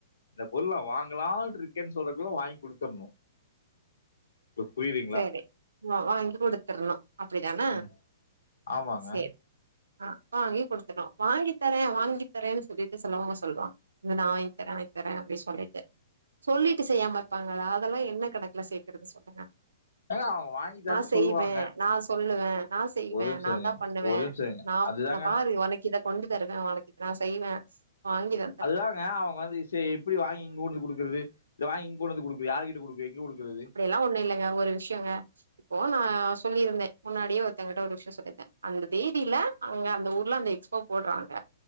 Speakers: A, on the left; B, on the right.
A: இந்த பொருள் நா வாங்கலான் இருக்கேன்னு சொல்றக்குள்ள வாங்கி குடுத்துடணும் சோ புரிது
B: செரி வாங்கி குடுத்துறனும் அப்டிதான
A: ம் ஆமாங்க
B: செரி ஆ வாங்கி குடுத்தனும் வாங்கி தரேன் வாங்கி தரேன்னு சொல்லிட்டு சிலவங்க சொல்லுவாங்க இது நா வாங்கி தரே வாங்கி தரே அப்டின்னு சொல்லிட்டு சொல்லிட்டு செய்யாம இருப்பாங்கல்ல அதெல்லா என்ன கணக்குல சேக்கறது சொல்லுங்க
A: எங்க அவங்க வாங்கி தரேன்னு
B: நா செய்வே
A: சொல்லுவாங்க
B: நா சொல்லுவே நா செய்வே
A: ஒரு நிமிஷம்
B: நா
A: இருங்க
B: தா பண்ணுவே
A: ஒரு நிமிஷம் இருங்க
B: நா
A: அதுதாங்க
B: ந பாரு ஒனக்கு இத கொண்டு தருவ அவ ஆளுக்கு நா செய்வே வாங்கித
A: அதுதாங்க அவுங்க வந்து எப்டி வாங்கி இங்க கொண்டு குடுக்குறது இல்ல வாங்கி இங்க கொண்டது கொடுக்கு யாருகிட்ட கொடுப்ப எங்க கொடுக்குது
B: எல்லா ஒன்னு இல்லங் ஒரு விஷயங்க இப்போ நா சொல்லியிருந்தே முன்னாடியே ஒருத்தவங்கிட்ட ஒரு விஷயோ சொல்லி இருதே அந்தப் தேனில அங்க அந்த ஊர்ல அந்த எக்ஸ்போ போடுறாங்க